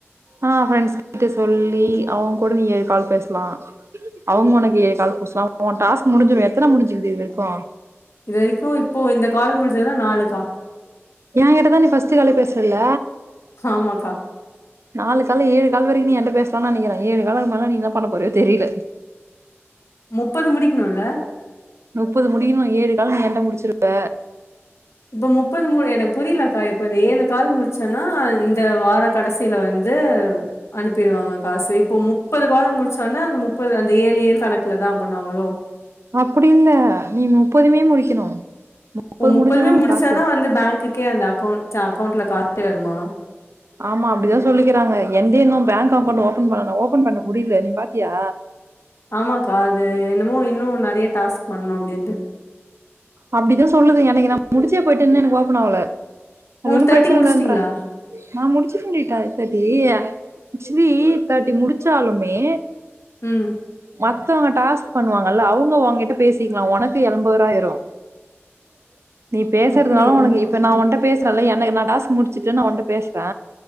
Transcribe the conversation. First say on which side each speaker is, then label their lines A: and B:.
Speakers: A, on the right; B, on the left.
A: ஆ ஃப்ரண்ட்ஸ் கிட்ட சொல்லி அவங்க கூட நீ ஏழு கால் பேசலா. அவங்க உனக்கு ஏழு கால் பேசலா. உன் டாஸ்க் முடிஞ்சிரு எத்தன முடிஞ்சுக்குது இது வரைக்கு
B: இதுவரைக்கு இப்போ இந்த கால் முடிஞ்சதுனா நாலுக்கா
A: ஏன்கிட்டதா நீ ஃபஸ்ட் காலே பேசுனல்ல
B: ஆமாக்கா.
A: நாலு கால்ல ஏழு கால் வரையு நீ என்ட்ட பேச லானு நெனக்கிறே ஏழு காலுக்கு மேல நீ என்னா பண்ண போறயோ தெரில
B: முப்பது முடிக்கணு இல்ல
A: நுப்பது முடிக்கணு ஏழு கால் நீ என்ட்ட முடிச்சிருவ
B: இப்ப முப்பது மு எனக்கு புரியலக்கா இ ப்ப இந்த ஏழு கால் முடிச்சன்னா இந்த வார கடைசில வந்து அனுப்பிருவாங்க காசு இப்போ முப்பது காலு முடிச்சன்னா அந்த முப்பது அந்த ஏழு ஏழு கணக்குலதா பண்ணுவாங்களோ
A: அப்படி இல்ல. நீ முடிக்கணும்.
B: ஓ முப்பதுமே
A: முடிஞ்சா தான் உனக்கு
B: முடிச்சாதா
A: காசு.
B: வந்து பேங்குக் கே அந்த அக்கௌண்ட் ச அக்கௌண்ட்ல காசு ஏறுமா
A: ஆமா அப்டிதா சொல்லிக்கிறாங்க என்தே இன்னு பேங்க் அக்கௌண்டு ஓப் பன் பண்ணணு ஓபன் பண்ண முடியல நீ பா த்தியா
B: ஆமாக்கா அது என்னமோ இன்னு நெறய டாஸ்க் பண்ணணு அப்டின்ட்டு
A: அப்டிதா சொல்லுது எனக்கு நா முடிச்சே போயிட்டே இன்னு எனக்கு ஓப்பன் ஆவல அது
B: உங்களுக்கு
A: ஒன்னும
B: தேர்ட்டி
A: பிரச்சன
B: முடிச்சுட்டீங்களா
A: இல்லன்ற நா முடிச்சுட்டண்டி த தர்ட்டி ஆக்சுலி தர்ட்டி முடிச்சாலுமே
B: ம்
A: மத்தவங்க டாஸ்க் பண்ணுவாங்கல்ல அவங்க ஒங்கிட்ட பேசிக்கலா ஒனக்கு எம்பது ரூபா ஆயிரு <inaudible> நீ பேசுறதுனால
B: அப்படியா
A: உனக்கு இப்ப நான் ஒண்ட்ட பேசுறல்ல எ ன்ன என்னோட டாஸ்க் முடிச்சுட்டு நா உன்ட்ட பேசறே